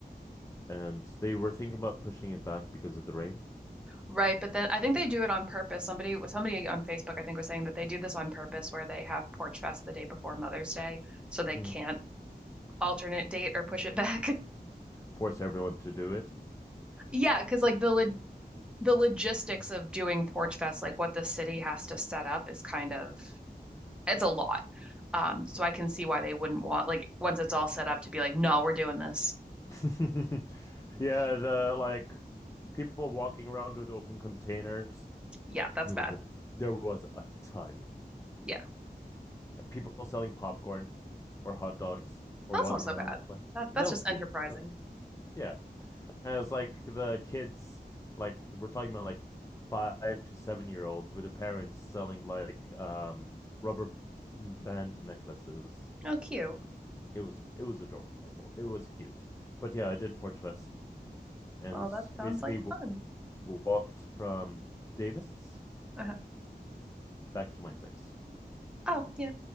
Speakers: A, on the left (about 20°); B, in the centre.
A: and they were thinking about pushing it back because of the rain.
B: right. But then I think they do it on purpose. Somebody, somebody on Facebook, I think, was saying that they do this on purpose, where they have Porch Fest the day before Mother's Day, so they
A: Mm.
B: can't alternate date or push it back. <laughs>
A: Force everyone to do it.
B: Yeah, because like the lo the logistics of doing Porch Fest, like what the city has to set up, is kind of it's a lot. Um, so I can see why they wouldn't want like once it's all set up to be like, no, we're doing this.
A: <laughs> yeah, the like people walking around with open containers.
B: Yeah, that's
A: There
B: bad.
A: was a there was a ton.
B: Yeah,
A: And people selling popcorn or hot dogs or
B: that's
A: watermelon.
B: not so bad.
A: And
B: That that's
A: that was
B: just
A: cute.
B: enterprising.
A: That was- yeah. And it was like the kids like we're talking about like five to seven year olds with their parents selling like um rubber band necklaces.
B: Oh, cute.
A: It was it was adorable. It was cute. But yeah, I did Porch Fest and
B: Well, that sounds
A: basically
B: like
A: w-
B: fun.
A: walked from Davis
B: Uh-huh.
A: back to my place.
B: Oh, yeah,